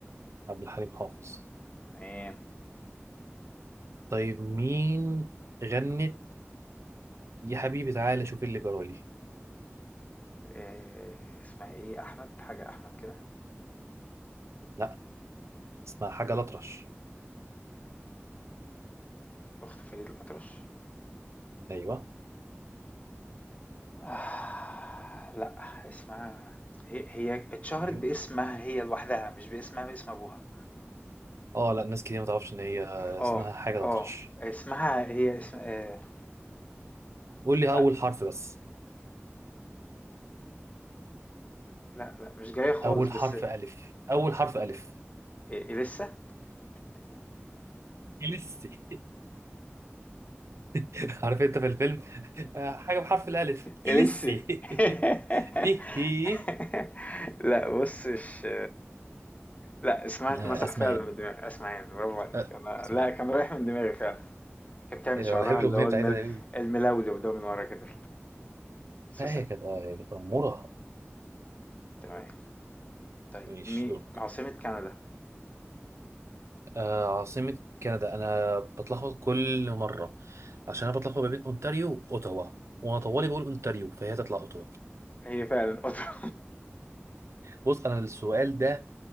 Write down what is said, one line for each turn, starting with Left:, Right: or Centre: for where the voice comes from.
Right: عبد الحليم حافظ
Left: تمام
Right: طيب مين غنت يا حبيبي تعالى شوف اللي جرالي
Left: آه... اسمها ايه احمد حاجة احمد كده
Right: لا اسمها حاجة الأطرش
Left: اخت فريد الأطرش
Right: أيوه
Left: آه... لا اسمها هي هي اتشهرت
Right: أيوه
Left: باسمها هي لوحدها مش باسمها باسم ابوها
Right: اه لا ناس كتير ما تعرفش ان هي
Left: اه
Right: اسمها حاجه
Left: اه
Right: الاطرش
Left: اسمها هي اسم آه...
Right: قول لي اول
Left: لا
Right: حرف بس
Left: لا لا مش جاية خالص
Right: اول
Left: بس
Right: حرف الف اول حرف الف
Left: إيه إيه لسه؟ <laughs>
Right: إليسي <laughs> عارف انت في الفيلم <laughs> آه، حاجه بحرف الالف
Left: إيه
Right: إليسي
Left: لسه؟ <laughs>
Right: <laughs> ايه هي
Left: لا بص مش لا اسمها اتمسح
Right: آه، اسمهان
Left: فعلا من دماغي اسمع يعني برافو عليك
Right: آه،
Left: انا
Right: اسمهان
Left: لا كان رايح من دماغي فعلا كانت بتعمل
Right: إيه ده،
Left: شعرها
Right: أنا بحب الاغنيه
Left: اللي هو
Right: بتاعتها
Left: المل...
Right: دي أوي.
Left: الملولو ده من ورا كده سوسة
Right: لا هي كانت اه هي كانت اموره
Left: تمام طيب
Right: مش
Left: مي
Right: دورك
Left: عاصمة كندا
Right: آه عاصمه كندا انا بتلخبط كل مره عشان انا بتلخبط ما بين اونتاريو واوتاوا وانا طوالي بقول اونتاريو فهي تطلع اوتاوا
Left: هي فعلا اوتوا
Right: بص انا السؤال ده